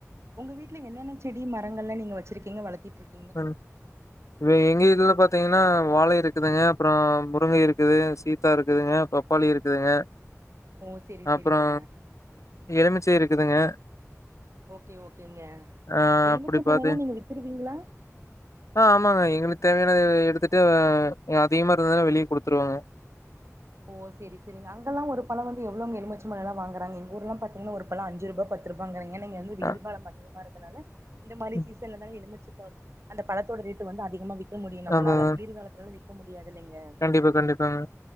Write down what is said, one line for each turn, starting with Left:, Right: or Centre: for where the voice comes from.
Right: உங்க வீட்ல என்னென்ன செடி மரங்கள்லா நீங்க வெச்சிருக்கீங்க வளத்திட்டு இருக்
Left: <unintelligible> இப்ப எங்க இதுல பாத்தீங்கன்னா வாழை இருக்குதுங்க அப்றோ முருங்கை இருக்குது சீதா இருக்குதுங்க பப் பப்பாளி இருக்குதுங்க
Right: ஓ செரி
Left: அப்புறோ
Right: செரிங்க
Left: எலுமிச்சை இருக்குதுங்க
Right: ஓகே ஓகேங்க
Left: ஆ
Right: எலுமிச்ச
Left: அப்படி
Right: பழமெல்லா
Left: பாத்து
Right: நீங்க வித்துருவீங்களா
Left: ஆ ஆமாங்க எங்களுக்கு தேவையான எடுத்துட்டு அதிகமா இருந்தன்னா வெளியே குடுத்துருவாங்க
Right: ஓ செரி செரிங்க அங்கல்லா ஒரு பழோ வந்து எவ்ளோங்க எலுமிச்ச பழோலா வாங்கறங்க எங்க ஊர்ல பாத்தீங்கன்னா ஒரு பழோ அஞ்சு ரூபா பத்து ரூபாயாங்கிறீங்கன்ன நீங்க வந்து
Left: அ
Right: வெயில் காலம் அதிகமா இருனால இந்த மாரி
Left: ம்.
Right: சீசன்ல தாங்க எலுமிச்ச ப அந்த பழத்தோட ரேட்டு வந்து அதிகமா விக்க முடியு நம்மளால
Left: அதான். அதான்.
Right: குளிர்காலத்துலால விக்க முடியாது இல்லிங்க
Left: கண்டிப்பா கண்டிப்பாங்க